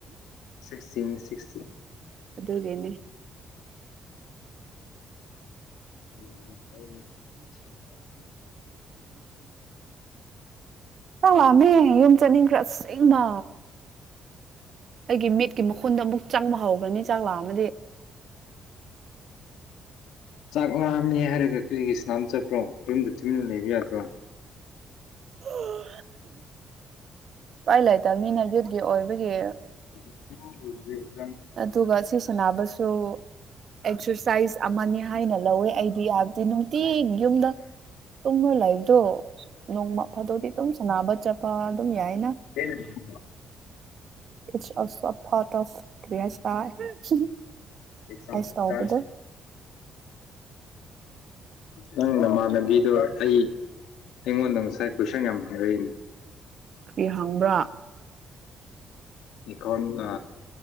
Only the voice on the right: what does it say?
ꯑꯗꯨꯒꯤꯅꯤ
ꯆꯂꯃꯦ ꯌꯨꯝ ꯆꯠꯅꯤꯡꯈ꯭ꯔꯁꯦꯡꯃ ꯑꯩꯒꯤ ꯃꯤꯠꯀꯤ ꯃꯈꯨꯟꯗ ꯑꯃꯨꯛ ꯆꯪꯕ ꯍꯧꯈ꯭ꯔꯅꯤ ꯆꯥꯛ ꯂꯥꯛ ꯑꯃꯗꯤ
ꯑꯣ ꯏꯥꯏ ꯂꯩꯇ ꯃꯤꯅ ꯌꯠꯀꯤ ꯑꯣꯏꯕꯒꯤ
ꯑꯗꯨꯒ ꯁꯤ ꯁꯅꯕꯁꯨ ꯑꯦꯛꯁꯔꯁꯥꯏꯁ ꯑꯃꯅꯤ ꯍꯥꯏꯅ ꯂꯧꯋꯦ ꯑꯩꯗꯤ ꯌꯥꯕꯗꯤ ꯅꯨꯡꯇꯤꯤꯟ ꯌꯨꯝꯗ ꯇꯨꯝꯅ ꯂꯥꯏꯔꯤꯛꯇꯣ ꯅꯣꯡꯃ ꯐꯗꯣꯗꯤ ꯑꯗꯨꯝ ꯁꯅꯕ ꯆꯠꯄ ꯑꯗꯨꯝ ꯌꯥꯏ
ꯏꯠꯁ ꯑꯣꯜꯁꯣ ꯑ ꯊꯣꯠ ꯑꯣꯐ ꯀꯔꯤ ꯍꯥꯏꯁꯤꯔ ꯑꯦꯛꯁꯔꯁꯥꯏꯁ
ꯇꯧꯕꯗꯣ
ꯀꯔꯤ ꯍꯪꯕ꯭ꯔꯥ